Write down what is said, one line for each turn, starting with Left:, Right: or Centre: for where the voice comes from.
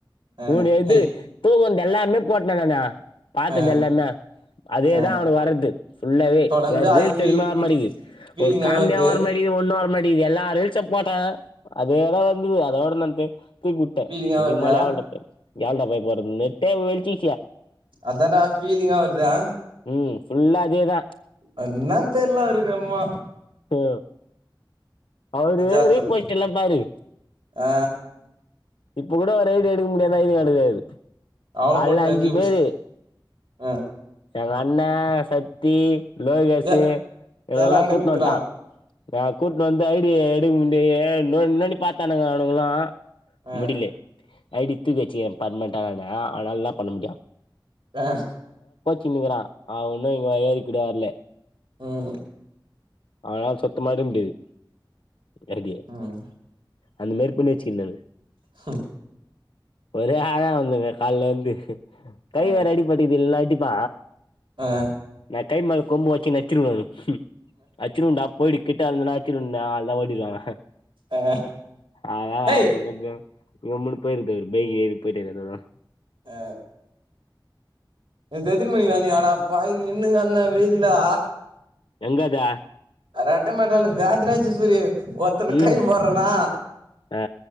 Right: ஆ
Left: வூட எது
Right: ஹெய்
Left: தூங்கது எல்லாமே போட்னே நா பாத்தது
Right: ஆ
Left: எல்லாமே அதேதா
Right: ஆ
Left: அவனு வர்து ஃபுல்லவே
Right: தொடர்ந்து
Left: வேற
Right: அது
Left: ரீலீஸ்
Right: ஃபீல்
Left: எதுவுமே வர
Right: ஃபீ
Left: மாட்டியுது
Right: ஃபீலிங்கா
Left: ஒரு காமிடியா
Right: வருது
Left: வர மாடியு ஒண்ணு வர மாட்டிது எல்லா ரீலிஸு போட்ட அதேதா வந்தது அதோட நா தூக்கி
Right: ஃபீலிங்கா
Left: இதுமேல
Right: வருது
Left: யார்கிட்ட யார்கிட்ட போய் போட்றதுனே நெட்டே வெயிச்சி
Right: அதாண்டா ஃபீலிங்கா வருதா
Left: ம் ஃபுல்லா அதேதான்
Right: அதென்னானு தெரில அவருக்கு என்மோ
Left: ஆ அவரு
Right: ரிஜால்
Left: ரீபோஸ்ட்
Right: சொல்லு
Left: எல்லா பாரு
Right: ஆ
Left: இப்ப கூட அவ்ரு ஐ டி எடுக்க முடியா ஐ டி கார்டு கெடாது
Right: அவள
Left: காலைல
Right: போட்டு
Left: அஞ்சு
Right: அறி ஃபஸ்ட்
Left: பேரு
Right: ஆ
Left: எங்க அண்ணே சத்தி லோகேசு
Right: எ
Left: இவனங்கெல்லா
Right: எல்லா ரெண்டையு
Left: கூட்டு
Right: குடுத்துக்கிறா
Left: வன்ட்டா நா கூட்னு வந்து ஐ டி எடுக்க முடிய நோன் நோண்டி பாத்தானுக அவனுகளு
Right: ஆ
Left: முடிலே ஐ டி தூக்கி வச்சிக்கிறே பர்மனென்ட்ட னானு அவ்னால என்னா பண்ண முடியு
Right: ஆ
Left: சின்னனுங்கிறா அவ ஒன்னு இங்க <unintelligible> கூட வர்ல
Right: ம்
Left: அவ்னால சுத்தமா எடுக்க முடியாது ஐடிய
Right: ம்
Left: அந்த மாரி பண்ணி வச்சிக்கினானு
Right: ம்கூ
Left: ஒரே ஆளா வந்தங்க கால்ல இந்து கை
Right: ஆ
Left: வேற அடிப்பட்டிக்குது இல்னா அடிப்ப
Right: ஆ
Left: நா கை மேல கொம்பு வெச்சினு நச் ச்சிடுவே நானு அச்சிடுவண்டா போயிடு கிட்ட வந்தா அடிச்சிடுவன்டா எல்லா ஓடிவாங்க
Right: ஆ
Left: அத
Right: ஏய்
Left: <unintelligible> கம்முனு போயிருத பைக் ஏறி போயிட்டே அதோடு
Right: ஆ நேத்து எத்தனமணிக்கு டா வந்திங்க அட பாவி நின்னுங்கன்னா வெயில்லா
Left: எங்கதா
Right: அரட்ட மாட்டேன்டா வேதன ஆயிடுச்சு சூரி ஒருத்தனுக்கு
Left: ம்
Right: கை போறனா
Left: ஆ